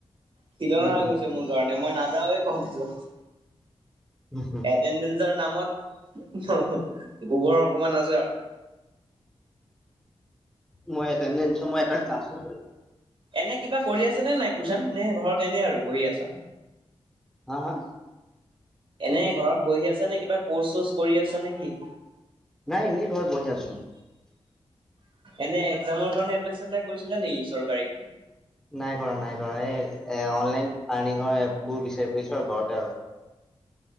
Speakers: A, on the right (about 55°); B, in the centre.
A: খিলনা
B: উম
A: হৈ গৈছে মোৰ কাৰণে মই নাযাওৱে- কলেজত
B: উমহু-
A: এটেডেঞ্চৰ নামত গোবৰ অকমান আছে আৰু।
B: মই এটেডেঞ্চ মই এটা ক্লাছো কৰি-
A: এনে কিবা কৰি আছা নে নাই কোচান নে ঘৰত এনেই আৰু বহি আছা।
B: হা হা
A: এনে ঘৰত বহি আছা নে কিবা কৰ্চ চৰ্চ কৰি আছে নেকি?
B: নাই ইনেই ঘৰত বহি আছোঁ।
A: এনে একজামৰ কাৰণে এপ্লাই চেপ্লাই কৰিছিলা নেকি চৰকাৰী?
B: নাই কৰা নাই কৰা এই এ অনলাইন আৰ্নিঙৰ এপ বোৰ বিচাৰি ফুৰিছো আৰু ঘৰতে আৰু।